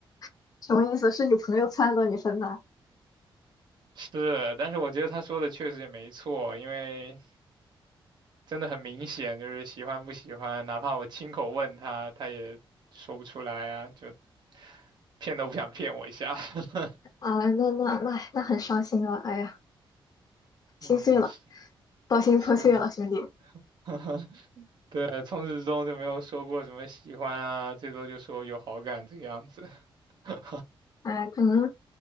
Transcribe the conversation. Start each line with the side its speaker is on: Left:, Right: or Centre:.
Left: <laughs> 什么意思？是你朋友撺掇你分的？
Right: 是，但是我觉得他说的确实也没错，因为真的很明显，就是喜欢不喜欢，哪怕我亲口问他，他也说不出来啊，就骗都不想骗我一下。<laughs>
Left: 啊，那那那那很伤心啊！哎呀，
Right: 嗯，
Left: 心碎了，
Right: 是
Left: 道心破碎了，
Right: 是，
Left: 兄弟。
Right: <laughs> 对，从始至终就没有说过什么喜欢啊，最多就说有好感这个样子。<laughs>
Left: 哎，可能